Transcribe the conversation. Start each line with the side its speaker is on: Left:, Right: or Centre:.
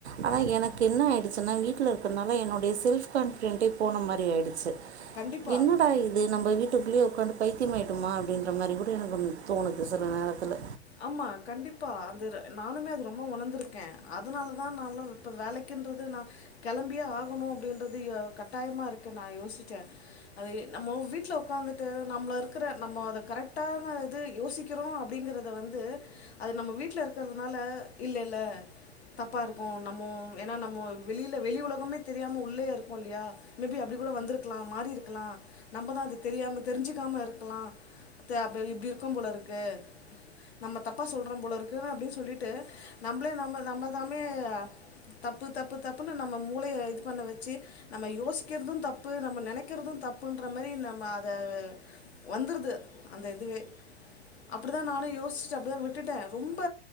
Right: ஆனா
Left: ஆம்
Right: எனக்கு என்ன ஆயிடுச்சுன்னா வீட்டு வீட்டுல இருக்கிறனால என்னுடய செல்ஃப் கான்பிடெண்டே போன மாரி ஆயிடுச்சு
Left: கண்டிப்பாக
Right: என்னடா இது நம்ம வீட் வீட்டுக்குள்ளயே உக்காந்து பைத்தியமாய்ட்டுமா அப்டின்ற மாரி கூட எனக்கு தோணுது சில நேரத்தில
Left: ஆமா கண்டிப்பா அந்த நானுமே அது ரொம்ப ஒணர்ந்திருக்கே அதுனாலதா நான்லா இப்ப வேலைக்குன்றது நா கெளம்பியே ஆகணு அப்டின்றது கட்டாயமா இருக்கே நா யோசிச்சே அது நம்மோ வீட்ல உக்காந்துட்டு நம்ள இருக்குற நம்ம அத கரெக்டான இது யோசிக்கிறோ அப்டிங்கிறத வந் து அது நம்ம வீட்ல இருக்குறதுனால இல்ல இல்ல தப்பா இருக்கு நம்மோ ஏனா நம்மோ வெளில வெளி உலகமே தெரியாம உள்ளயே இருப்போ இல்லியா மேபி அப்டி கூட வந்திருக்லா மாறி இருக்குலா நம்மதா அது தெரியாம தெரிஞ்சுக்காம இருக்லா த அப்பே இப்டி இருக்கும் போல இருக்கு நம்ம தப்பா சொல்றோ போல இருக்குன்னு அப்டின் சொல்லிட்டு நம்ளே நம்ம தம்ம தாமே தப்பு தப்பு தப்புன்னு நம்ம மூளைய இது பண்ண வச்சு நம்ம யோசிக்கிற்து தப்பு நம்ம நெனைக்கிற்து தப்புன்ற மாரி நம்ம அத வந்துற்து அந்த இதுவே அப்டிதா நானு யோஸ் ச்சு அப்டிதா விட்டுட்ட ரொம்ப